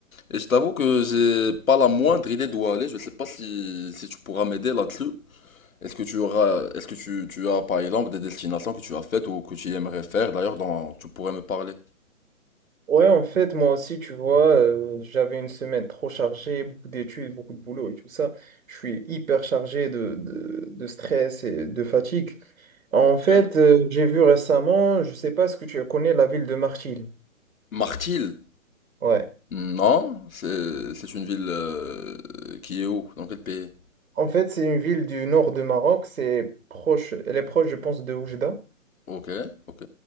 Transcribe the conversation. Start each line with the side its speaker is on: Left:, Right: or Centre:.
Left: Et je t'avoue que j'ai pas la moindre idée d'où aller. Je sais pas si, si tu pourras m'aider là-dessus. Est-ce que tu auras, est-ce que tu, tu as par exemple des destinations que tu as faites ou que tu aimerais faire d'ailleurs dont tu pourrais me parler?
Right: Ouais, en fait, moi aussi, tu vois, euh, j'avais une semaine trop chargée, beaucoup d'études, beaucoup de boulot et tout ça. Je suis hyper chargé de, de, de stress et de fatigue. En
Left: Ok.
Right: fait, euh, j'ai vu récemment, je sais pas ce que tu connais, la ville de Martil.
Left: Martil.
Right: Ouais.
Left: Non, c'est c'est une ville euh, qui est où? Dans quel pays?
Right: En fait, c'est une ville du nord de Maroc, c'est proche, elle est proche, je pense, de Oujda.
Left: Ok, ok,